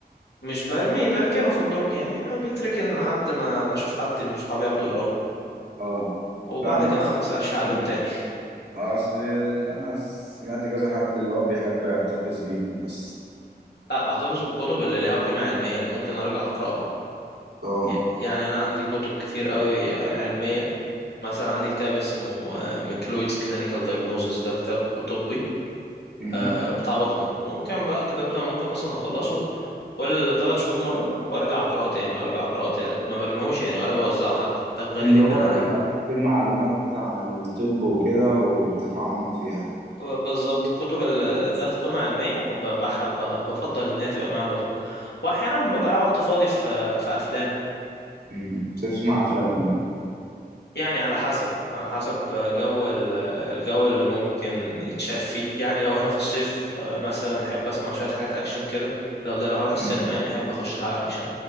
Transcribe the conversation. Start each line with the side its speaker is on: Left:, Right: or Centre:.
Left: مش برميه بركنه في الدرج يعني بيتركن لحد ما ما اشوف حد من صحابي ياخده يقراه
Right: اه
Left: وبعد
Right: لا انا
Left: كده
Right: بحسب
Left: ما بسالش عليهم
Right: مين
Left: تاني
Right: اصل اللي انا سمعت كذا حد اللي هو بيحب يحتفظ بيهم بس
Left: لا بحتفظ بالكتب اللي ليها قيمة علمية اللي ممكن أرجع أقرأها
Right: اه
Left: يعني أنا عندي كتب كتير قوي آه، علمية مثلا عندي كتاب اسمه آه، ميكلويدز كلينيكال دايجنوزيس ده كتاب طبي
Right: مم.
Left: آه، بتاع بطنة وممكن بقى الكتاب ده ممكن مثلا أخلصه كل ثلاث شهور مرة وأرجع أقرأه تاني وأرجع أقرأه تالت ما برميهوش يعني ولا بوزعه حتى كتاب غالي
Right: اللي
Left: جدا
Right: هو
Left: عليا
Right: بيبقى فيه معلومات عن الطب وكده وبتتعمق فيها يعني
Left: ب- بالظبط الكتب ال- ذات قيمة علمية ب- بح- ب- بفضل إن هي تبقى معايا على طول وأحيانا بضيع وقت فاضي في آه، في أفلام
Right: مم. تسمع افلام ايه
Left: يعني على حسب على حسب جو ال- الجو اللي ممكن يتشاف فيه يعني لو احنا في الصيف آه، مثلا احب اسمع شويه حاجات اكشن كده لو ده لو هروح السينما
Right: مم.
Left: يعني احب اخش حاجه اكشن